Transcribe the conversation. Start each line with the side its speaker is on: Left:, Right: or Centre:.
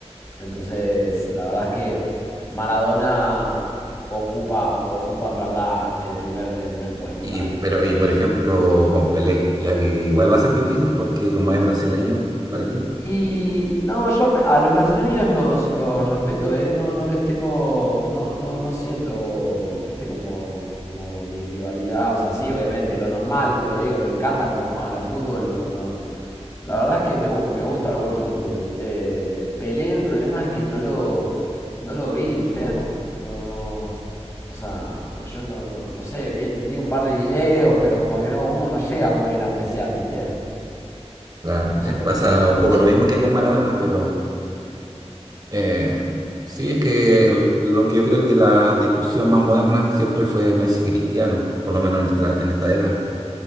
Left: Entonces, la verdad es que Maradona ocupa, ocupa en verdad el primer, el primer puesto
Right: Y,
Left: para
Right: pero,
Left: mí. Eh,
Right: y por ejemplo, con Pelé, ya que igual va a ser difícil porque como es brasileño para ti,
Left: Y no, yo pe- a los brasileños los, los respeto, ¿eh? No, no les tengo, no, no, no siento, viste, como, como ni rivalidad, o sea, sí, obviamente, lo normal, pero digo, me encanta cómo juegan al fútbol, no, no. La verdad es que me, gu- me gusta el buen fútbol. Eh, Pelé, el problema es que no lo, no lo vi, viste, no, no. O sea, yo no, no, no sé, vi, vi un par de videos, pero como que no, uno no llega muy bien a apreciar, ¿viste?
Right: claro,
Left: No
Right: es-
Left: sé qué
Right: pasa
Left: opinás vos
Right: un poco
Left: de eso.
Right: lo mismo que con Maradona, pero eh, sí es que el- lo que yo creo que la discusión más moderna siempre fue Messi Cristiano, por lo menos en nuestra, en esta era.